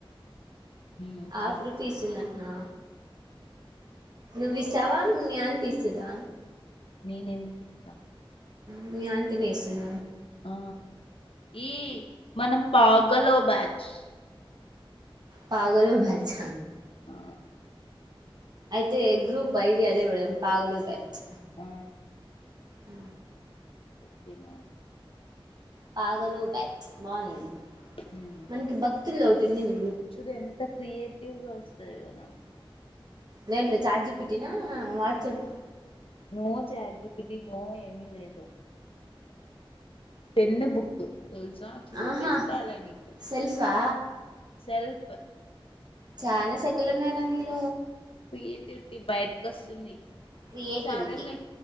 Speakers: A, on the left; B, on the right.
A: మ్మ్
B: హాఫ్
A: చెయ్
B: రూపీస్ందంటనా నువ్ ఇస్తావా న అనిపిస్తుదా
A: నేను ఎందు తీతా
B: ను ఇ త వేస్తుిన
A: ఆ ఈ మనం పాగలో బ్యాచ్
B: పాగల భ్యాచ్చ
A: ఆ
B: అయితే గ్రూప్ ఐడియా అదే పెడదాం పాగలో బ్యాచ్
A: ఆ
B: అ
A: కేనా
B: పాగ బ బాగుంది
A: మ్మ్
B: మనకి భక్తుల్లో ఒకటిందింది
A: చూడు ఎంత క్రియేటివ్గా వస్తాయో నాకు
B: లేేంలో చాట్ జిపిటినా WhatsApp
A: no chat GPT no ఏమిీ లేదు పెన్ను బుక్ తెలుసా చూపిస్తాల
B: ఆహా
A: నీకు
B: సెల్ఫా
A: సెల్ఫ్
B: చాలా సెకులు ఉన్నాారా నీళ
A: ఫటిటి బయటకు వస్తుంది
B: క్రియేటివిటీ
A: సరేలే